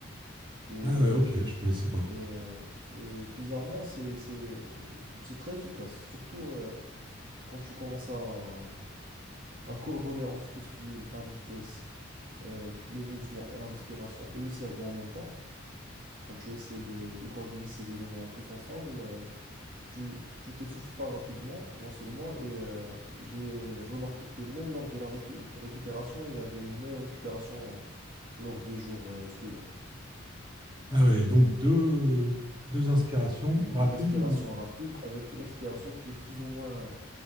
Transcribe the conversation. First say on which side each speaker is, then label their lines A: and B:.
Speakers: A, on the right; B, on the right.
A: Et, euh,
B: Ah ouais, ok, je connaissais pas.
A: et, euh, et bizarrement, c'est, c'est, euh, c'est très efficace, surtout euh, quand tu commences à, à coordonner entre tout ce qui est ta vitesse, euh, le mouvement et la respiration et le cerveau en même temps. Quand tu essaies de, de coordonner ces éléments tous ensemble, euh, tu, tu t'essouffles pas rapidement, non seulement, et euh, j'ai remarqué que même lors de la récu- récupération, il y avait une meilleure récupération euh, lors des jours euh, suivants.
B: Ah ouais, donc deux, deux inspirations
A: Oui,
B: rapides
A: deux inspirations
B: ou...
A: rapides avec une expiration qui est plus ou moins,